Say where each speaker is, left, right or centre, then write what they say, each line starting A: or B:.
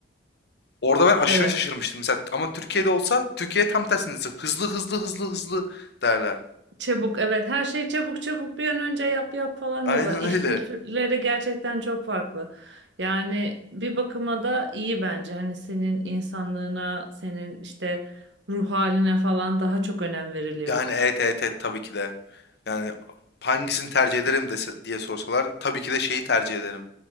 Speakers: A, on the left; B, on the right.
A: Orada ben aşırı
B: Evet.
A: şaşırmıştım mesela ama Türkiye'de olsa Türkiye tam tersine hızlı hızlı hızlı hızlı derler.
B: Çabuk evet her şeyi çabuk çabuk bir an önce yap yap falan
A: Aynen
B: diyorlar. İş
A: öyle.
B: kültürleri gerçekten çok farklı. Yani bir bakıma da iyi bence. Hani senin insanlığına, senin işte ruh haline falan daha çok önem veriliyor.
A: Yani evet evet evet tabii ki de. Yani hangisini tercih ederim dese, diye sorsalar tabii ki de şeyi tercih ederim.